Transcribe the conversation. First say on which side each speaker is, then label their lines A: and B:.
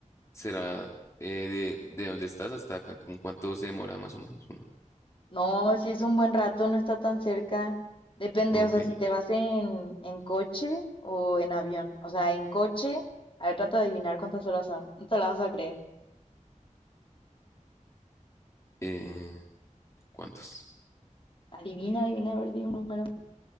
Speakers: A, on the left; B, on the left.
A: será eh, de, de donde estás hasta Cancún, cuánto se demora más o menos uno.
B: No, si es un buen rato, no está tan cerca. Depende,
A: Ok.
B: o sea, si te vas en, en coche o en avión. O sea, en coche, a ver, trata de adivinar cuántas horas son. No te la vas a creer.
A: Eh, ¿cuántos?
B: Adivina, adivina, a ver, di un número.